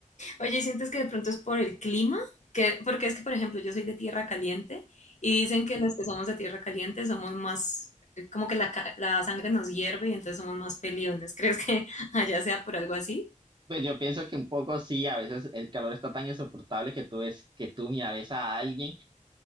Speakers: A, on the left; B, on the right.
A: Oye, ¿sientes que de pronto es por el clima? Que, porque es que, por ejemplo, yo soy de tierra caliente y dicen que los que somos de tierra caliente somos más, eh, como que la, ca- la sangre nos hierve y entonces somos más peliones. ¿Crees que <laughs> allá sea por algo así?
B: Pues yo pienso que un poco sí, a veces el calor está tan insoportable que tú ves, que tú mira, ves a alguien,